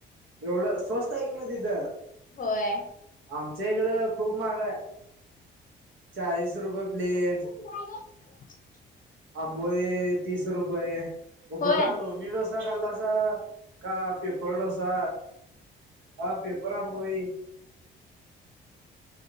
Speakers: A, on the right; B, on the left.
A: एवढं स्वस्त आहे की मग तिथ.
B: होय.
A: आमच्या इकडं खूप महाग हाय. चाळीस रुपये प्लेट
B: <unintelligible>
A: आंबोळी तीस रुपये कुठला
B: होय
A: लोणी डोस सा खाल्लासा का पेपर डोसा ह पेपर आंबोळी?